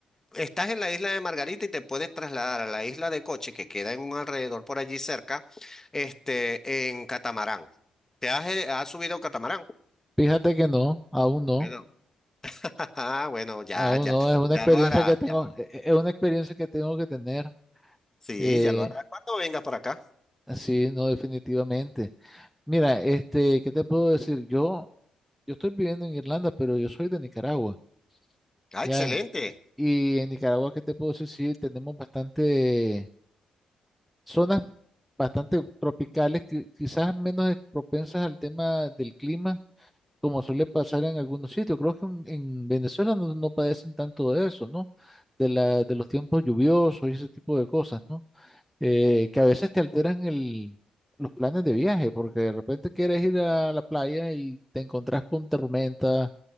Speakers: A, on the left (about 15°); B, in the centre.
A: Estás en la isla de Margarita y te puedes trasladar a la isla de Coche, que queda en un alrededor por allí cerca, este, en catamarán. ¿Te has, eh, has subido catamarán?
B: Fíjate que no, aún no.
A: Bueno. <laughs> Ah, bueno, ya,
B: Aún
A: ya.
B: no, es una
A: Ya
B: experiencia
A: lo harás,
B: que tengo,
A: ya lo harás.
B: e- e- es una experiencia que tengo que tener.
A: Sí,
B: eh,
A: ya lo harás cuando vengas por acá.
B: Sí, no, definitivamente. Mira, este, ¿qué te puedo decir? Yo, yo estoy viviendo en Irlanda, pero yo soy de Nicaragua,
A: Ah,
B: ya.
A: excelente.
B: eh, Y en Nicaragua, ¿qué te puedo decir? Sí, tenemos bastante zonas bastante tropicales, que quizás menos ex- propensas al tema del clima, como suele pasar en algunos sitios. Creo que en, en Venezuela no, no padecen tanto de eso, ¿no? De la, de los tiempos lluviosos y ese tipo de cosas, ¿no? eh, que a veces te alteran el, los planes de viaje, porque de repente quieres ir a la playa y te encontrás con tormentas